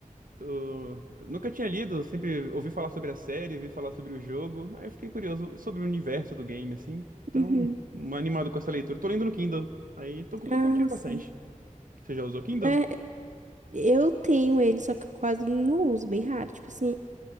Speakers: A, on the right; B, on the right.
A: Tô- Nunca tinha lido, sempre ouvi falar sobre a série, ouvi falar sobre o jogo. Aí eu fiquei curioso sobre o universo do game, assim. Então,
B: Uhum.
A: animado com essa leitura. Tô lendo no Kindle. Aí tô, tô
B: Ah,
A: curtindo
B: sim.
A: bastante. Você já usou Kindle?
B: É, eu tenho ele, só que eu quase não uso, bem raro. Tipo assim,